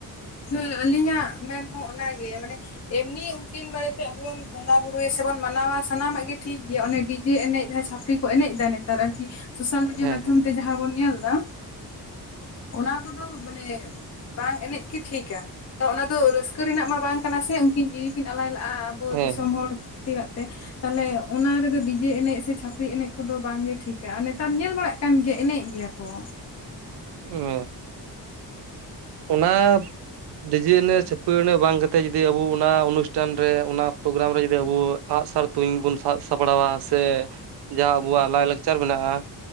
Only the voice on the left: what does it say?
ᱦᱮᱸ ᱟᱹᱞᱤᱧᱟᱜ ᱢᱮᱱ ᱦᱚᱸ ᱚᱱᱟ ᱜᱮ ᱢᱟᱱᱮ ᱮᱢᱱᱤ ᱩᱝᱠᱤᱱ ᱵᱟᱨᱮᱛᱮ ᱟᱵᱚ ᱵᱚᱱ ᱵᱚᱸᱜᱟ ᱵᱩᱨᱩᱭᱟ ᱥᱮ ᱵᱚᱱ ᱢᱟᱱᱟᱣᱟ ᱥᱟᱱᱟᱢᱟᱜ ᱜᱮ ᱴᱷᱤᱠ ᱜᱮᱭᱟ ᱚᱱᱮ ᱰᱤᱡᱮ ᱮᱱᱮᱡ ᱡᱟᱦᱟᱸ ᱪᱷᱟᱯᱲᱤ ᱠᱚ ᱮᱱᱮᱡ ᱫᱟ ᱱᱮᱛᱟᱨ ᱟᱨᱠᱤ ᱥᱳᱥᱟᱞ ᱢᱤᱰᱤᱭᱟ
ᱢᱟᱫᱽᱫᱷᱚᱢ
ᱛᱮ ᱡᱟᱦᱟᱸ ᱵᱚᱱ ᱧᱮᱞ ᱫᱟ ᱚᱱᱟ ᱠᱚᱫᱚ ᱢᱟᱱᱮ ᱵᱟᱝ ᱮᱱᱮᱡ ᱜᱮ ᱴᱷᱤᱠ ᱟ ᱚᱱᱟ ᱫᱚ ᱨᱟᱹᱥᱠᱟᱹ ᱨᱮᱱᱟᱜ ᱢᱟ ᱵᱟᱝ ᱠᱟᱱᱟ ᱥᱮ ᱩᱝᱠᱤᱱ ᱡᱤᱣᱤ ᱠᱤᱱ ᱟᱞᱟᱭ ᱞᱟᱜᱼᱟ ᱟᱵᱚ
ᱫᱤᱥᱚᱢ ᱦᱚᱲ ᱠᱷᱟᱹᱛᱤᱨᱟᱜ ᱛᱮ ᱛᱟᱦᱞᱮ ᱚᱱᱟ ᱨᱮᱫᱚ ᱰᱤᱡᱮ ᱮᱱᱮᱡ ᱥᱮ ᱪᱷᱟᱯᱨᱤ ᱮᱱᱮᱡ ᱠᱚᱫᱚ ᱵᱟᱝ ᱜᱮ ᱴᱷᱤᱠ ᱟ ᱟᱨ ᱱᱮᱛᱟᱨ ᱧᱮᱞ ᱵᱟᱲᱟᱜ ᱠᱟᱱ ᱜᱮᱭᱟ ᱮᱱᱮᱡ ᱜᱮᱭᱟ ᱠᱚ ᱠᱚ